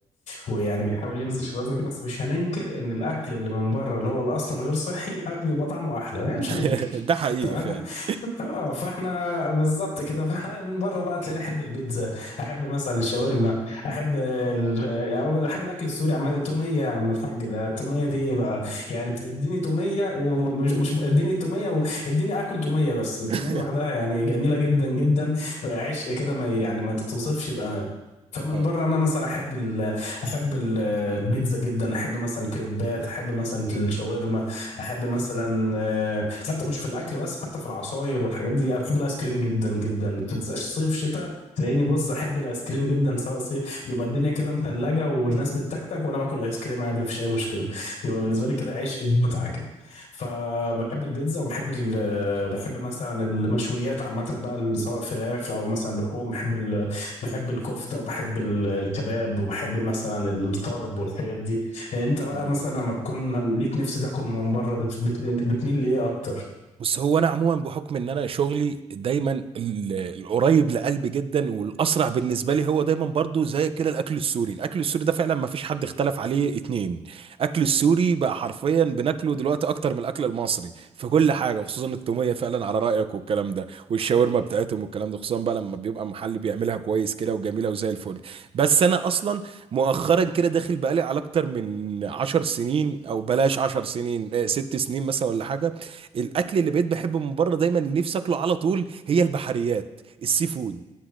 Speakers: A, on the left (about 85°); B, on the right (about 50°).
A: ويعني بيحاول ينزل في الوزن كده بس مش هننكر ان الاكل اللي من بره اللي هو اللي اصلا غير صحي أ- بيبقى طعمه احلى يعني
B: <laughs>
A: مش هننكر
B: ده حقيقي
A: تمام
B: فعلا
A: <laughs> اه فاحنا بالظبط كده فاحنا من بره بقى تلاقيني احب البيتزا احب مثلا الشاورما احب ال... يعني احب الاكل السوري عم التوميه يا عم الحاج ده التوميه دي ايه بقى يعني اديني توميه ومش مش اديني التوميه اديني اكل توميه بس التوميه
B: <laughs>
A: لوحدها يعني جميله جدا جدا عشق كده ما يعني ما تتوصفش بامان فمن
B: اه
A: بره انا مثلا احب ال احب ال- البيتزا جدا احب مثلا الكريبات احب مثلا الشاورما احب مثلا آه، حتى مش في الاكل بس حتى في العصاير والحاجات دي انا بحب الايس كريم جدا جدا ما بتلزقش صيف شتاء تلاقيني بص احب الايس كريم جدا سواء صيف يبقى الدنيا كده متلجه والناس بتتكتك وانا باكل ايس كريم عادي مفيش اي مشكله بيبقى بالنسبه لي كده عيش متعه كده فبحب البيتزا وبحب ال- بحب مثلا المشويات عامة بقى ال- سواء فراخ أو مثلا لحوم بحب ال... بحب الكفتة وبحب ال- الكباب وبحب مثلا الطرب والحاجات دي أنت بقى
B: آه.
A: مثلا لما بتكون ليك نفس تاكل من بره بت... بت... بتميل لإيه أكتر؟
B: بس هو انا عموما بحكم ان انا شغلي دايما ال- القريب لقلبي جدا والاسرع بالنسبه لي هو دايما برضو زي كده الاكل السوري الاكل السوري ده فعلا ما فيش حد اختلف عليه اتنين اكل السوري بقى حرفيا بناكله دلوقتي اكتر من الاكل المصري في كل حاجه وخصوصا التوميه فعلا على رايك والكلام ده والشاورما بتاعتهم والكلام ده خصوصا بقى لما بيبقى محل بيعملها كويس كده وجميله وزي الفل بس انا اصلا مؤخرا كده داخل بقالي على اكتر من عشر سنين او بلاش عشر سنين آه، ست سنين مثلا ولا حاجه الاكل اللي بقيت بحبه من بره دايما اللي نفسي اكله على طول هي البحريات السي فود